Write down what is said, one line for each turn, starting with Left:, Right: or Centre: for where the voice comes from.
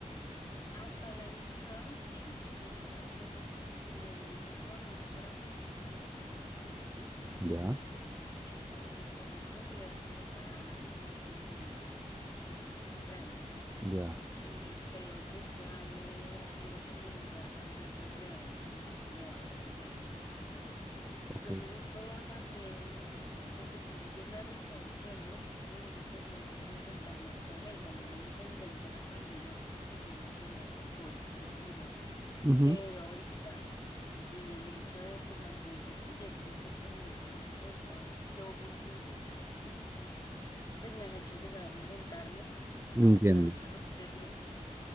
Left: Hasta el año pasado sí, creo que eso fue lo que ocurrió. Yo venía trabajando para proyectos en el sector público
Right: Ya,
Left: Y con el nuevo gobierno la disminución en proyectos fue grande.
Right: ya,
Left: Y creo que este año ha sido como ya la crisis real de no haber proyectos, imagínate.
Right: ok.
Left: Entonces es como también lo que tú dices de la reinvención, ¿no? Estoy como en ese periodo de reinventarme actualmente. A mí no me reinventa la pandemia porque seguí en mi zona de confort, incluso mejor.
Right: Ujú,
Left: Pero ahorita Sí, el hecho de pues la ausencia de proyectos, porque a nivel público estaba flojo el proyecto, los proyectos, pues me ha hecho empezar a reinventarme,
Right: Entiendo.
Left: a buscar otras opciones